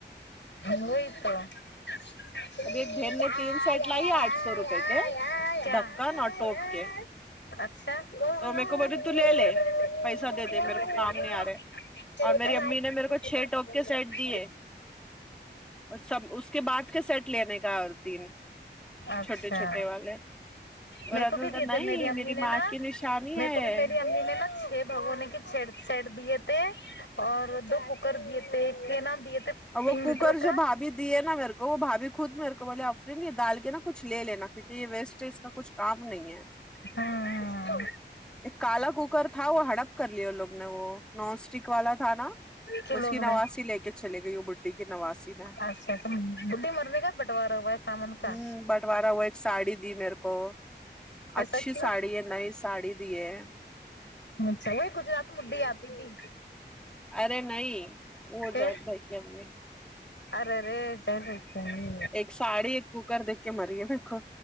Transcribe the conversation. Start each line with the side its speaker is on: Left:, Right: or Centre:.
Left: ہم نہیں پڑا ای
Centre: اب
Left: یہ
Centre: ایک بہن نے تین
Left: یہ
Centre: سیٹ لائی آٹھ سو
Left: یہ
Centre: روپے کے
Left: یہ
Centre: ڈھکن اور
Left: یہ
Centre: ٹوپ کے
Left: یہ یہ
Centre: تو میرے کو بولی
Left: کیا
Centre: تو لے لے
Left: یہ
Centre: پیسہ دے دے میرے
Left: اچھا
Centre: کو کام نہیں آ رہے
Left: <unintelligible>
Centre: اور میری
Left: چلو
Centre: امی نے میرے کو چھ
Left: <inaudible>
Centre: ٹوپ کے سیٹ دیے اور سب اس کے بعد کے سیٹ لینے کا ہے اور تین
Left: اچھا
Centre: چھوٹے چھوٹے والے
Left: میر
Centre: اور
Left: کو بھی دیے
Centre: نہیں
Left: تھ میری امی
Centre: ماں
Left: نے نا
Centre: کی نشانی
Left: میرے
Centre: ہے
Left: کو بھی میری امی نے نا چھ بھگونے کے چھ سیٹ دیے تھے اور دو کوکر دیے تھے کینا دیے تھے
Centre: اور وہ
Left: تین
Centre: کوکر
Left: لیٹر کا
Centre: جو بھابی دیے نا میرے کو وہ بھابی خود میرے کو بولے افری یہ ڈال کے نا کچھے لے لینا پ یہ ویسٹ کا کچھ کام نہیں ہے
Left: ہاں
Centre: ایک کالا کوکر تھا وہ ہڑپ کر لیے ان لوگ نے وہ نان اسٹک والا تھا نا
Left: کے
Centre: اس
Left: لوگ
Centre: کی نواسی
Left: میں
Centre: لے کے چل گئی وہ بڈی نواسی میں
Left: اچھا تو بڈھی مرنے کا بٹوارا ہوا ہے سامان
Centre: ہوں
Left: کا
Centre: بٹوارہ وہ ایک ساڑی دی میرے کو کو اچھی
Left: ایسا کیوں
Centre: ساڑی ہے نئی ساڑی دی ہے
Left: اچھا وہی گجرات مڈی آتی تھی
Centre: ارے نہیں وہ
Left: پھر
Centre: جات بھائی کے ہم میں
Left: ارے رے <unintelligible> صحیح
Centre: ایک ساڑی ایک کوکر دیکھ کے مری ہے دیکھو